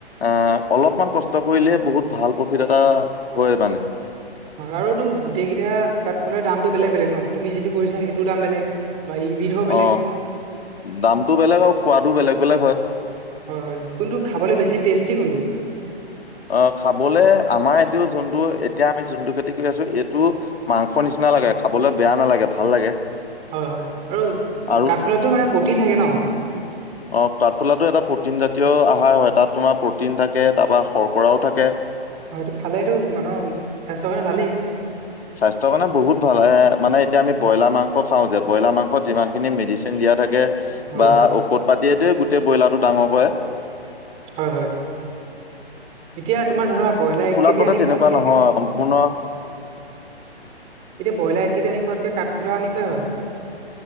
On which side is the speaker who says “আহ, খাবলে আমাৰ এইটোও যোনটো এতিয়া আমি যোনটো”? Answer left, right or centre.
Left